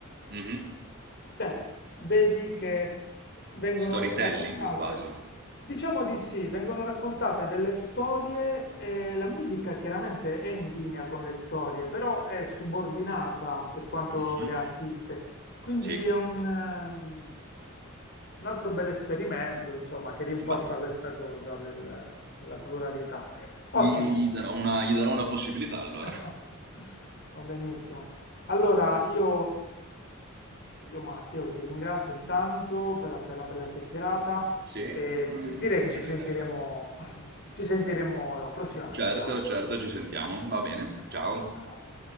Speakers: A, on the right; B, on the left.
A: Mhm.
B: Cioè, vedi che vengono
A: Storytelling
B: raccontate,
A: quasi.
B: diciamo di sì, vengono raccontate delle storie e la musica chiaramente è in linea con le storie, però è subordinata per quanto
A: Mhm.
B: le assiste. Quindi
A: Sì.
B: è un, ehm, un altro bel esperimento, insomma, che rinforza
A: Beh,
B: questa cosa del- della pluralità.
A: gli,
B: Ottimo.
A: gli darò una, gli darò una possibilità allora.
B: <laughs> Va benissimo. Allora, io, io Matteo ti ringrazio intanto per la, per la bella chiacchierata
A: Sì,
B: e
A: Mm,
B: direi
A: anche
B: che
A: grazie
B: ci sentiremo,
A: a te.
B: <laughs> ci sentiremo prossimamente,
A: Certo,
B: va.
A: certo, ci sentiamo. Va bene.
B: Ciao,
A: Ciao.
B: ciao.